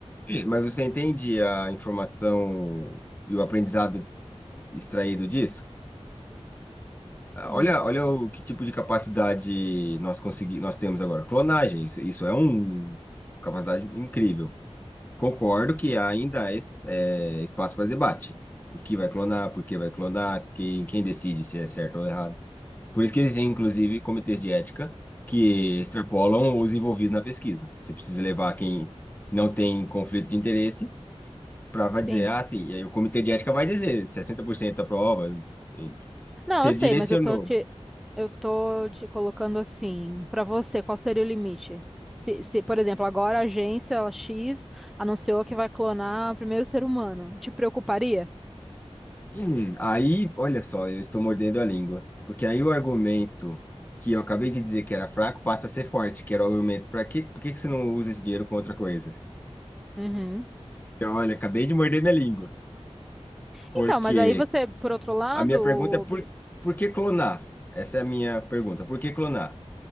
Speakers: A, on the left; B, in the centre.
A: mas você entende a informação e o aprendizado extraído disso? Ah,
B: Hum,
A: Olha, olha o que tipo de capacidade nós consegui, nós temos agora. Clonagem, isso, isso é um, uma capacidade incrível. Concordo que ainda há es- é, espaço para debate. O que vai clonar, por que vai clonar, quem, quem decide se é certo ou errado. Por isso que existem, inclusive, comitês de ética que extrapolam os envolvidos na pesquisa. Você precisa levar quem não tem conflito de interesse para dizer,
B: sim.
A: ah, sim, e aí o comitê de ética vai dizer 60% aprova. e
B: Não,
A: Você
B: eu sei,
A: direcionou.
B: mas eu tô te, eu tô te colocando assim, pra você, qual seria o limite? Se, se, por exemplo, agora a agência X anunciou que vai clonar o primeiro ser humano, te preocuparia?
A: Hum, aí, olha só, eu estou mordendo a língua, porque aí o argumento que eu acabei de dizer que era fraco passa a ser forte, que era o argumento para que, por que que você não usa esse dinheiro com outra coisa?
B: Uhum.
A: Então, olha, acabei de morder minha língua, porque
B: Então, mas aí você, por outro lado,
A: a minha pergunta é por, por que clonar? Essa é a minha pergunta, por que clonar?